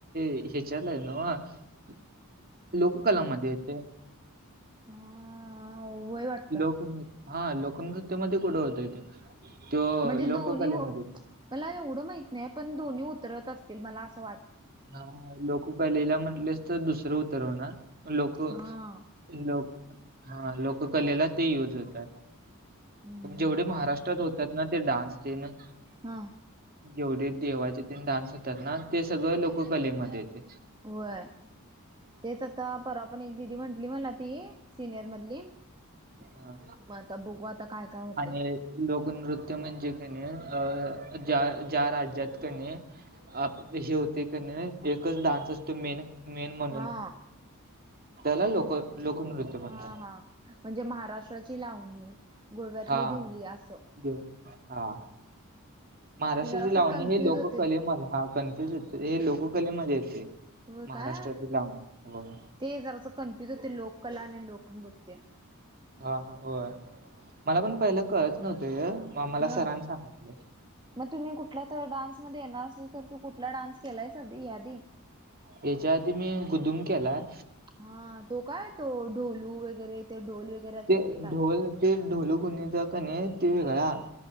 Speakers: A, on the right (about 45°); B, on the right (about 20°).
A: हे टिचला हया नव च नाव लोककलामध्ये?
B: का
A: ते..
B: हा वय वाटतं
A: लोक हा! लोकन्यकध्ये कुठं होतय तेे त्यो
B: म्हणजे
A: लोककलेमध्ये
B: दोन्ही ओ
A: ते
B: मला एवढं माहीत नाही पण दोन्ही उतरत असतील? मला असं वाट
A: हा! लोकलेला म्हंटलेस तर, दुसरं उतरवणार लोकं
B: हा
A: लोक हा! लोककलेला ते यूज होताय.
B: हम्म
A: पण जेवढे
B: काय
A: महाराष्ट्रात होतात ना? ते डान्स ते न.
B: हाह!
A: जेवढे देवाचे ते डान्स करणार ते, सगळं लोककलेमध्ये येतय.
B: होय तेच आता परवा पण, एक दिदी म्हंटली मला ती? सिनियर मधली मग
A: हा
B: आता बघू, आता काय काय होतेय?
A: आणि लोकनृत्य म्हणजे कनी, अ ज्या ज्या राज्यात कनी आप हे होतंय कनी. एकच डान्स असतो मेन मेन म्हणून.
B: हा
A: त्याला लोक
B: ते-
A: लोकनृत्य म्हणतात
B: हा हा म्हणजे महाराष्ट्राची लाव नी, गोव्यातली
A: हा
B: दिवली असं.
A: देव हा महाराष्ट्राची
B: ते जरा असं
A: लावणी
B: कन्फ्युज
A: हे लोककलेमध्ये
B: होते
A: हा कन्फ्युज हे लोककलेमध्ये येते.
B: होय
A: महाराष्ट्राची
B: काय
A: लावनी होय.
B: ते जरासं कन्फ्युज होते. लोककला आणि लोकनृत्य.
A: हा हा होय. मला पण पहिला कळत नव्हते हे. म मला
B: ह
A: सरान सांगितले.
B: मग तुम्ही कुठल्या तर डान्स मध्ये येणार असेल. तर तू कुठला डान्स केलायेस आधी याआधी.
A: हेच्या आधी मी गुदुम केलाय.
B: हा तो काय तो ढोलू वगैरे ते ढोल वगैरे असते
A: ते
B: काय
A: ढोल ते ढोलू गुणीच कनी ते वेगळं हायं.